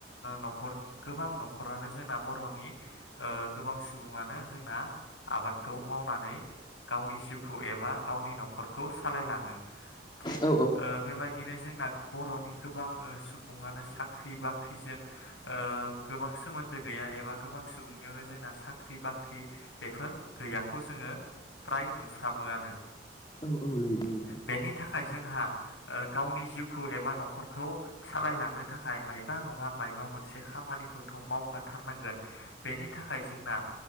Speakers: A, on the left (about 80°); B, on the left (about 25°).
A: नखर गोबां न'खरानो जोंना बर'नि गोबां सुबुङानो जोंना आबादखौ मावनानै गावनि जिउखौ एबा गावनि न'खरखौ सालायलाङो। थिग
B: औ
A: बेबायदिनो जोंना बर'नि गोबां सुबुङानो साख्रि बाख्रिजोंओ गोबां सोमोन्दो गैया एबा गोबां सुबुंनियावनो जोंना साख्रि बाख्रि बाख्रि बेफोर गैयाखौ जोङो फ्राय नुफ्रामोआनो
B: औ औ नंगौ नोंथां।
A: बेनि थाखाय जोंहा ओ गावनि जिउखौ एबा न'खरखौ सालायलांनो थाखाय मायबा नङा माबबा मोनसे खामानिखौथ' मावखाथारनांगोन। बेनि थाखाय जोंना